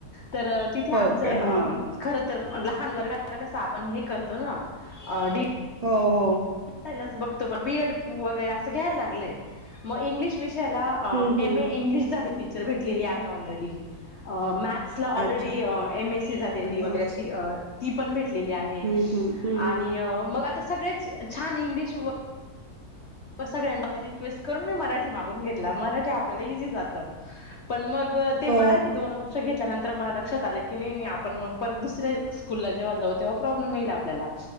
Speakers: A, on the left (about 50°); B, on the right (about 60°).
A: तर तिथे
B: हो
A: आमचं
B: का हां
A: खर तर लहान वर्ग कसं आपण हे करतो ना. अ डी
B: हो. हो.
A: एडलाच बघतो बीएड वगैरे असं घ्यायला लागलंय मग इंग्लिश विष त्याला अ
B: हम्म हम्म.
A: एम ए इंग्लिश‌ झालं की. सर भेटलेली आहे ऑलरेडी अ मॅथ सला ऑलरेडी
B: अच्छा
A: एम एस सी झालेली
B: हां
A: वगैरे अ शी. ती पण भेट? घेतलेले आहे
B: हम्म हम्म हम्म
A: आणि मग आता सगळेच. छान हिंदी शोभा. सगळ्यांला रिक्वेस्ट करून मी मराठी मागून घेतला मराठी आपल्याला इझी जातं पण मग ते
B: हो
A: मराठी दोन वर्ष घेतल्यानंतर. तर मला लक्षात आलं की नाही. आपण मग पर दुसऱ्या स्कूल जेव्हा जाऊ तेव्हा. प्रॉब्लेम येईल. आपल्याला!